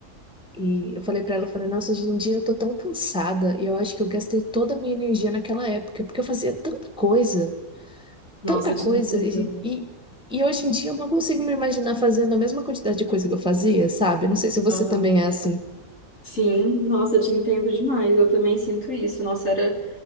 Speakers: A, in the centre; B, on the left.
A: E eu falei pra ela, eu falei, nossa, hoje em dia eu tô tão cansada e eu acho que eu gastei toda a minha energia naquela época, porque eu fazia tanta coisa
B: Nossa,
A: tanta
B: eu te
A: coisa
B: entendo.
A: e, e, e hoje em dia eu não consigo me imaginar fazendo a mesma quantidade de coisa que eu fazia, sabe? Não sei se você
B: Aham.
A: também é assim.
B: Sim, nossa, eu te entendo demais. Eu também sinto isso. Nossa, era,